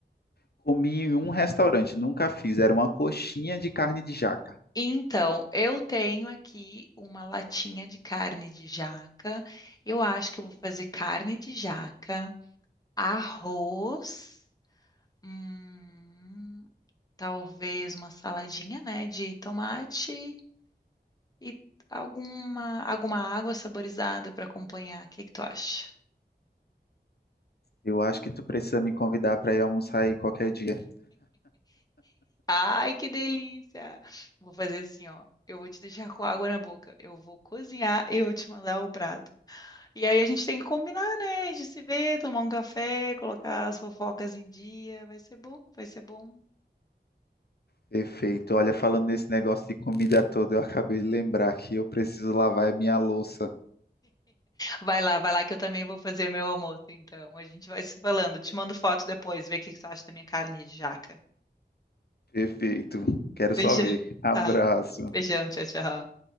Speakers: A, on the left (about 65°); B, on the left (about 20°).
A: Comi em um restaurante, nunca fiz, era uma coxinha de carne de jaca.
B: Então, eu tenho aqui uma latinha de carne de jaca. Eu acho que eu vou fazer carne de jaca, arroz. hum, talvez uma saladinha, né, de tomate e alguma alguma água saborizada para acompanhar. O que que tu acha?
A: Eu acho que tu precisa me convidar para ir almoçar aí qualquer dia.
B: Ai, que delícia! Vou fazer assim, ó. Eu vou te deixar com água na boca. Eu vou cozinhar e eu vou te mandar o prato. E aí a gente tem que combinar, né? De se ver, tomar um café, colocar as fofocas em dia. Vai ser bom, vai ser bom.
A: Perfeito. Olha, falando nesse negócio de comida toda, eu acabei de lembrar que eu preciso lavar a minha louça.
B: Vai lá, vai lá que eu também vou fazer meu almoço, então. A gente vai se falando. Te mando foto depois, ver o que que tu acha da minha carne de jaca.
A: Perfeito. Quero
B: Beijo.
A: só ver. Abraço.
B: Tá. Beijão, tchau, tchau.